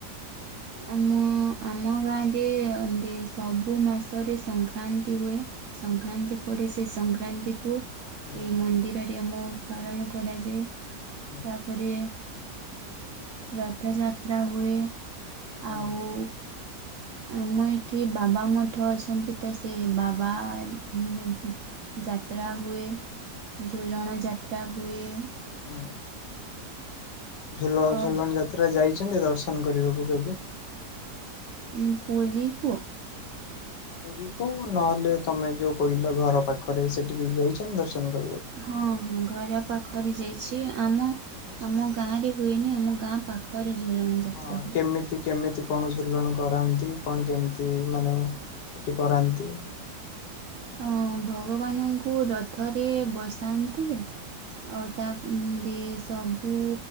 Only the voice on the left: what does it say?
ହୁଁ
ହୁଁ
ହୁଁ
ହଁ। ଝୁଲ-ଝୁଲଣ
ଯାତ୍ରା ଯାଇଚନ୍ତି ଦର୍ଶନ କରିବାକୁ କେବେ?
ପୁରୀକୁ ନହେଲେ ତମେ ଯୋଉ କହିଲ ଘର ପାଖରେ ସେଠି କେବେ ଯାଇଚନ୍ତି ଦର୍ଶନ କରିବାକୁ?
ଆଚ୍ଛା
ହଁ
କେମିତି ସେ କେମିତି କଣ ଝୁଲଣ କରାନ୍ତି କଣ କେମିତି ମାନେ ସେଠି କରାନ୍ତି?